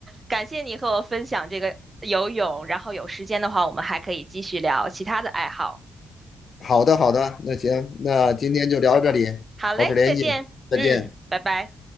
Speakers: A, on the right; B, on the left.
A: 感谢你和我分享这个游泳，然后有时间的话，我们还可以继续聊其他的爱好。
B: 好的，好的，那行，那今天就聊到这里，
A: 好嘞，
B: 保持联系，
A: 再见。
B: 再见。
A: 嗯，拜拜。